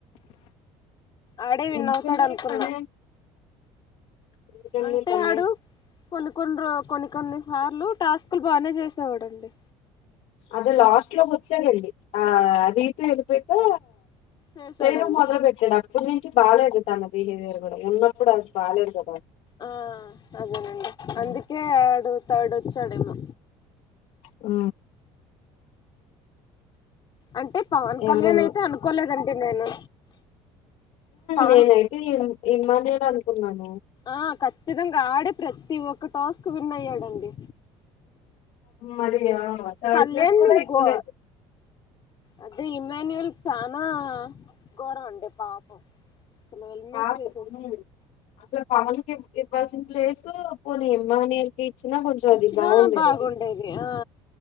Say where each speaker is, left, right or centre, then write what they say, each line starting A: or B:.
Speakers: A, on the left; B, on the left.
A: ఆడే విన్నవుతాడు
B: ఎందుకండి
A: అనుకున్నా
B: తనే ఎందుకండి
A: అంటే
B: తనే
A: ఆడు కొన్ని కొన్ని రో కొన్ని కొన్ని సార్లు టాస్కులు బాగానే చేసేవాడండి
B: అద లాస్ట్ లో వచ్చాగండి ఆ రీతూ వెళ్ళిపోతే
A: చేసాడండి
B: చేయటం మొదలు పెట్టాడు అప్పుడు నుంచి బాగాలేదు తన బిహేవియర్ కూడా ఉన్నప్పుడు అది బాాలలేదు కదా
A: ఆ అదేనండి
B: ఉమ్
A: అందుకే అడు థర్డ్ వచ్చాడేమో
B: ఆ
A: అంటే పవన్
B: ఎవరు
A: కళ్యాణ్ అయితే అనుకోలేదండి నేను పవన్
B: నేనయితే ఇమానేలా అనుకున్నాను
A: ఆ ఖచ్చితంగా ఆడి ప్రతి ఒక్క టాస్ కు విన్ అయ్యాడంండి
B: మరి ఆ థర్డ్
A: కళ్యాణ్
B: క్లాస్ కూడా
A: ని
B: ఎక్కువలేదు
A: గో అదే ఇమాన్యువల్ చనా ఘోరం అండి పాపం నువ్వు ఎలిమినేట్
B: పాపం
A: చేసేయ్
B: ఉమ్ అసలు పవన్ క ఇవ్వాల్సిన ప్లేసు పోనీ ఎమ్మానిల్ కి ఇచ్చినా కొంచెం
A: ఇచ్చినా
B: అది బాగుండేది
A: బాగుండేది
B: అది
A: ఆ